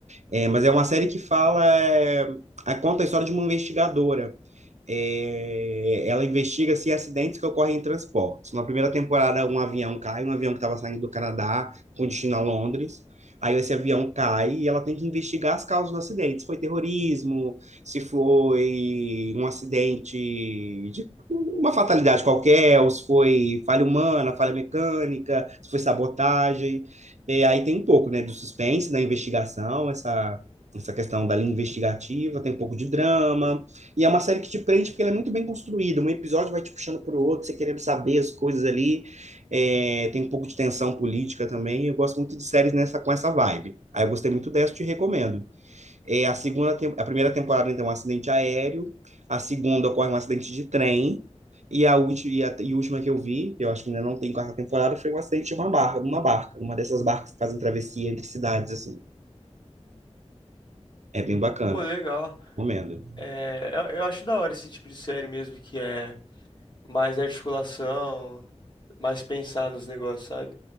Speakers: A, on the right (about 80°); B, on the left (about 40°).
A: É, mas é uma série que fala, é, a- conta a história de uma investigadora é, ela investiga se acidentes que ocorrem em transportes. Na primeira temporada, um avião cai, um avião que estava saindo do Canadá com destino a Londres. Aí esse avião cai e ela tem que investigar as causas do acidente. Se foi terrorismo, se foi um acidente de uma fatalidade qualquer, ou se foi falha humana, falha mecânica, se foi sabotagem. É, aí tem um pouco, né, do suspense, da investigação, essa essa questão da linha investigativa, tem um pouco de drama, e é uma série que te prende porque ela é muito bem construída. Um episódio vai te puxando para o outro, você querendo saber as coisas ali. É, tem um pouco de tensão política também. Eu gosto muito de séries nessa, com essa vibe. Aí eu gostei muito dessa, te recomendo. É, a segunda, tem- a primeira temporada então é um acidente aéreo, a segunda ocorre um acidente de trem. E a, última, e a e a última que eu vi, que eu acho que ainda não tem quarta temporada, foi um acidente de uma barca, uma barca, uma dessas barcas que fazem travessia entre cidades, assim. É bem bacana,
B: Pô, legal.
A: recomendo.
B: É, eu, eu acho da hora esse tipo de série mesmo, que é mais articulação. mais pensar nos negócios, sabe?